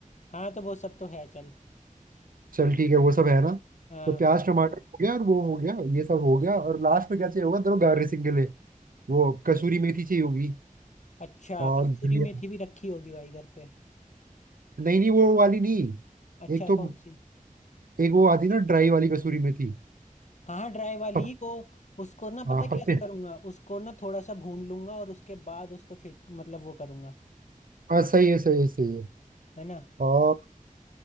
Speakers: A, on the left; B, on the right.
A: हाँ तो वो सब तो है चल
B: चल ठीक है वो सब है ना
A: हाँ
B: तो प्याज टमाटर हो गया और वो हो गया ये सब हो गया और लास्ट में क्या चाहिए होगा तेरे गार्निशिंग के लिए वो कसूरी मेथी चाहिए होगी
A: अच्छा
B: और
A: कस्तूरी
B: धनिया
A: मेथी भी रखी होगी भाई घर पे
B: नहीं नहीं वो वाली नहीं
A: अच्छा
B: एक तो
A: कौन सी
B: एक वो आती ना ड्राई वाली कसूरी मेथी
A: हाँ हाँ ड्राई वाली
B: पत,
A: वो उसको ना
B: हाँ
A: पता है
B: पत्ते
A: कैसे करूंगा उसको ना थोड़ा सा भून लूंगा और उसके बाद उसको छिट मतलब वो करूंगा
B: हाँ सही है सही है सही है
A: है ना
B: और